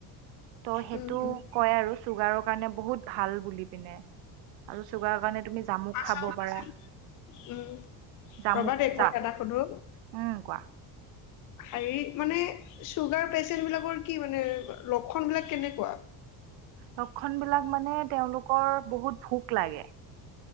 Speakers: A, on the right; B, on the left.
A: ত' সেইটো
B: উম, উম।
A: কয় আৰু চুগাৰৰ কাৰণে বহুত ভাল বুলি পিনে আৰু চুগাৰৰ কাৰণে তুমি জামুক
B: আচলতে
A: খাব পাৰা।
B: উম,
A: জামুক
B: ৰ'বা দেই কথা
A: জাপ,
B: এটা সুধো?
A: উম কোৱা?
B: হেৰি মানে চুগাৰ পেচেণ্ট বিলাকৰ কি মানে লক্ষণ বিলাক কেনেকুৱা?
A: লক্ষণ বিলাক মানে তেওঁলোক কৰ বহুত ভোক লাগে।